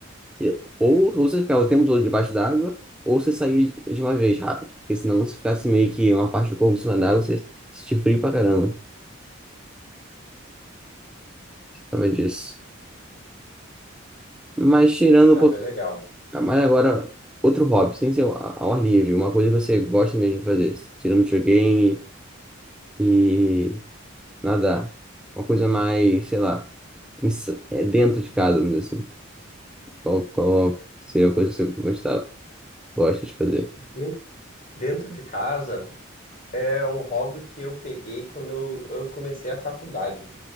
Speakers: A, in the centre; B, on the left (about 40°).
A: E- Ou, ou você ficar o tempo todo debaixo d'água, ou você sair de uma vez rápido. Porque senão, se ficasse meio que uma parte do corpo em cima d'água, você sentir frio pra caramba. Sabe disso. Mas tirando
B: Ah,
A: um pouco.
B: bem legal.
A: Mas agora, outro hobby, sem ser ao ao ar livre, uma coisa que você gosta mesmo de fazer. Tirando videogame e nadar. Uma coisa mais, sei lá, ins- é dentro de casa, vamos dizer assim. Qual, qual seria a coisa que você gostava? Gosta de fazer?
B: Den- Dentro de casa, É um hobby que eu peguei quando eu, eu comecei a faculdade.